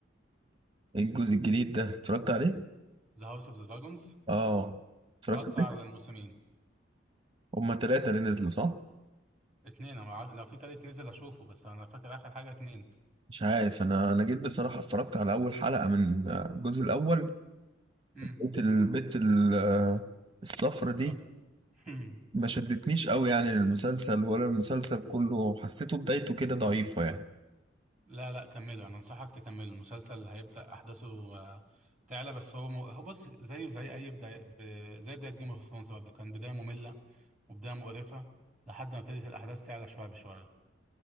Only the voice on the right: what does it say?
ايه الجزء الجديد ده اتفرجت عليه
اه اتفرجت
عليه
هما تلاتة اللي نزلوا صح
مش عارف انا انا جيت بصراحة اتفرجت على اول حلقة من الجزء الاول
لقيت البت ال- الصفرة دي
ما شدتنيش قوي يعني المسلسل ولا المسلسل كله حسيته بدايته كده ضعيفة يعني